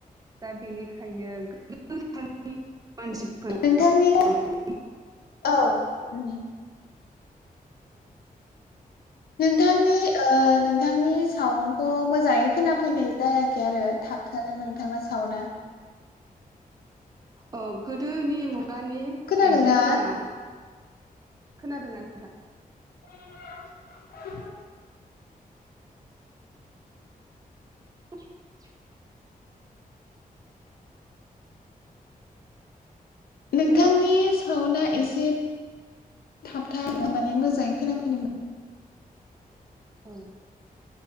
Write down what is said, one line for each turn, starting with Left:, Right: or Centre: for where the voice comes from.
Right: दा बेनिखायनो गोबां <unintelligible> मानसिफोरा
Left: नोंथांनि
Right: दं <unintelligible>
Left: औ उम। नोंथांनि नोंथांनि साउन्डखौ मोजाङै खोनाफैनाय जायाखै आरो थाब थादों नोंथांना सावना
Right: अ गोदोनि मुगानि
Left: खोनादोंना?
Right: आइजोफोरा खोनादों ना।
Left: <inaudible>
Right: <inaudible>
Left: नोंथांनि
Right: हेलौ
Left: साउन्डआ एसे थाब माने मोजाङै खोनाफैनोमोन।
Right: औ।